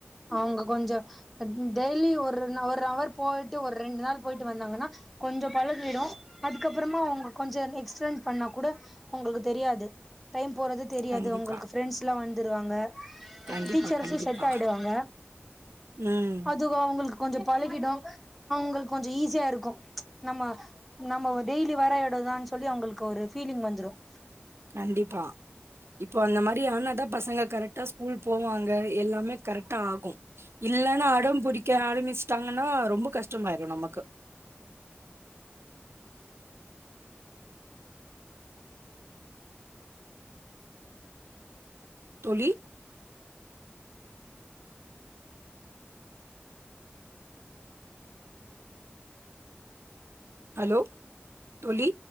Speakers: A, in the centre; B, on the right.
A: அவங்க கொஞ்சோ அ டெய்லி ஒரு ந ஒரு அவர் போயிட்டு ஒரு ரெண்டு நாள் போயிட்டு வந்தாங்கன்னா கொஞ்சம் பழகடும் அதுக்கப்புறமா அவங்க கொஞ்சம் எக்ஸ்டண்ட் பண்ணா கூட ஒங்களுக்கு தெரியாது டைம் போறது தெரியாது
B: கண்டிப்பா,
A: ஒங்களுக்கு ஃப்ரெண்ட்ஸ்லா வந்துருவாங்க
B: கண்டிப்பா,
A: டீச்சர்சு
B: கண்டிப்பா.
A: செட் ஆய்டுவாங்க
B: ம்.
A: அது து அவங்களுக்கு கொஞ்சோ பழகிடு அவங்களுக் கொஞ்சோ ஈஸியா இருக்கு நம்ம நம்ம டெய்லி வர இடதான்னு சொல்லி அவங்களுக்கு ஒரு ஃபீலிங் வந்துரும்
B: கண்டிப்பா இப்போ அந்த மாரி ஆனாதா பசங்க கரெக்டா ஸ்கூல் போவாங்க எல்லாமே கரெக்டா ஆகும் இல்லன்னு அடோம் புடிக்க ஆரம்பிச்சுட்டாங்கன்னா ரொம்ப கஷ்டமாயிரு நமக்கு தோழி ஹலோ தோழி